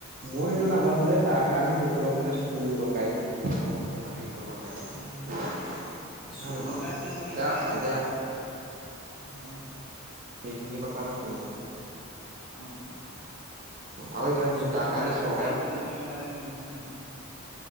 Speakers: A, on the right (about 40°); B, in the centre.
A: মই এইটো নাভাবোঁ যে তাৰ কাৰণে শিকিব কাণে চোৰ, ডকাইত শিৱক হেই কৰিব লাগে
B: হয় হয়
A: হয়
B: চোৰ
A: নে
B: ডকাইত
A: বাও?
B: কৰিব
A: এতিয়া
B: নালাগে
A: এতিয়া
B: হয়
A: সেইখিনি কথা কছোঁ মানে
B: অ', অ',
A: আৰু
B: তাকে
A: এতিয়া সেই
B: চোৰ,
A: তাৰ
B: ডকাইত
A: কাৰণে চৰকাৰে
B: কি কৰিব নালাগে গম পাইছা নাই।